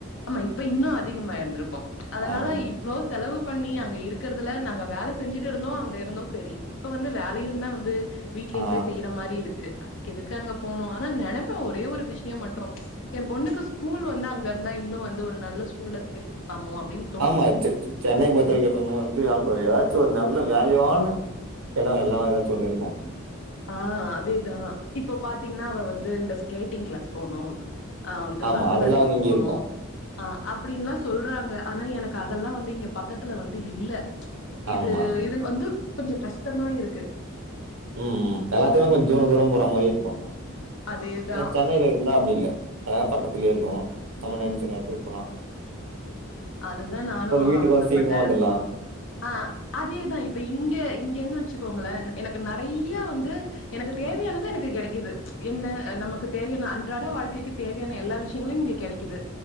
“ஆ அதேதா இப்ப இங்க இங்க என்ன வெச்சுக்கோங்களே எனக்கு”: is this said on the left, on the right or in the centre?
Left